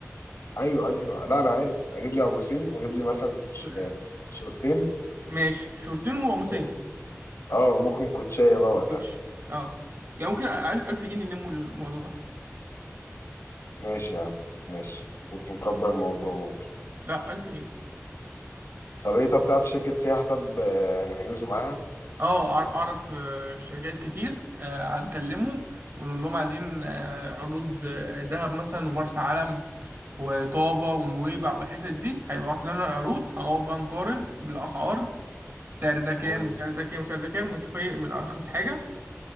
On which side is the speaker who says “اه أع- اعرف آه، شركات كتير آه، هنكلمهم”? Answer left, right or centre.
Right